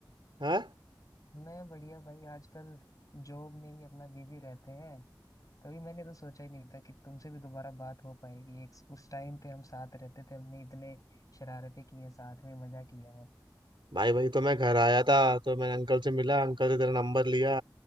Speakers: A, on the right; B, on the left.
A: हाँ
B: मैं बढ़िया भाई आजकल जॉब में ही अपना बिजी रहते हैं कभी मैंने तो सोचा ही नहीं था कि तुमसे भी दोबारा बात हो पाएगी एक उस टाइम पे हम साथ रहते थे हमने इतने शरारतें की हैं साथ में मजा किया है
A: भाई वही तो मैं घर आया था तो मैंने अंकल से मिला अंकल से तेरा नंबर लिया